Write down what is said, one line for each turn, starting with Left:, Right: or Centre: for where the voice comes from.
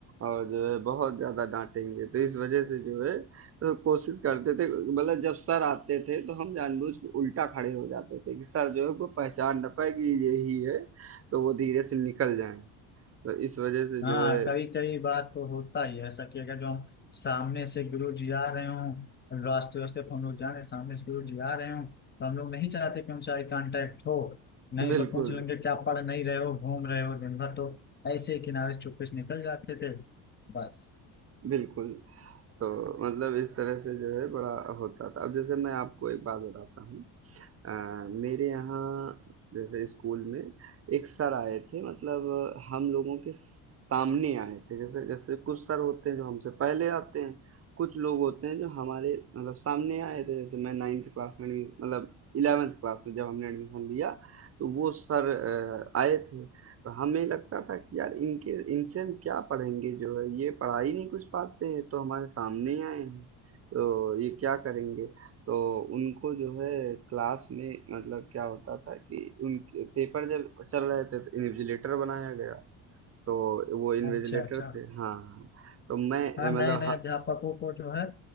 Right: और जो है बहुत ज्यादा डांटेंगे तो इस वजह से जो है तो कोशिश करते थे मतलब जब सर आते थे तो हम जानबूझ के उल्टा खड़े हो जाते थे कि सर जो है वो पहचान ना पाए कि ये ही है तो वो धीरे से निकल जाएं तो इस वजह से
Left: हाँ
Right: जो है
Left: कई कई बार तो होता ही है ऐसा कि अगर जो हम सामने से गुरु जी आ रहे हों रास्ते वास्ते पर हम लोग जा रहे हैं सामने से गुरु जी आ रहे हों तो हम लोग नहीं चाहते कि उनसे आई कांटेक्ट हो नहीं
Right: बिल्कुल
Left: तो पूछ लेंगे क्या पढ़ नहीं रहे हो घूम रहे हो दिन भर तो ऐसे ही किनारे से चुपके से निकल जाते थे बस
Right: बिल्कुल तो मतलब इस तरह से जो है बड़ा होता था अब जैसे मैं आपको एक बात बताता हूँ अ, मेरे यहाँ जैसे स्कूल में एक सर आए थे मतलब हम लोगों के सामने आए थे जैसे जैसे कुछ सर होते हैं जो हमसे पहले आते हैं कुछ लोग होते हैं जो हमारे मतलब सामने आए थे जैसे मैं नाइन्थ क्लास में एडमिशन मतलब इलेवेंथ क्लास में जब हमने एडमिशन लिया तो वो सर अ, आए थे तो हमें लगता था कि यार इनके इनसे हम क्या पढ़ेंगे जो है ये पढ़ा ही नहीं कुछ पाते हैं तो हमारे सामने ही आए हैं तो ये क्या करेंगे तो उनको जो है क्लास में मतलब क्या होता था कि उनके पेपर जब चल रहे थे तो इन्विजिलेटर बनाया गया तो वो इन्विजिलेटर
Left: अच्छा अच्छा
Right: थे हाँ हाँ तो मैं अ,
Left: हाँ
Right: मतलब
Left: नए नए
Right: हाँ
Left: अध्यापकों को जो है